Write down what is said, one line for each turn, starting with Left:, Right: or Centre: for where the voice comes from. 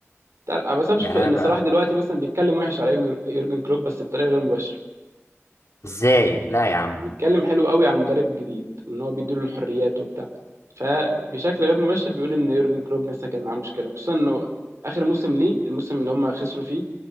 Right: تعال- انا بس أنا بشوف
Left: يعني
Right: ان
Left: انا بقى
Right: صلاح دلوقتي مثلا بيتكلم وحش على يورجن يورجن كلوب بس بطريقه غير مباشره
Left: ازاي لا يا عم
Right: بيتكلم حلو قوي على المدرب الجديد وان هو بيديله الحريات وبتاع فبشكل غير مباشر بيقول ان يورجن كلوب مثلا كان معاه مشكله خصوصا انه اخر موسم ليه الموسم اللي هم خسروا فيه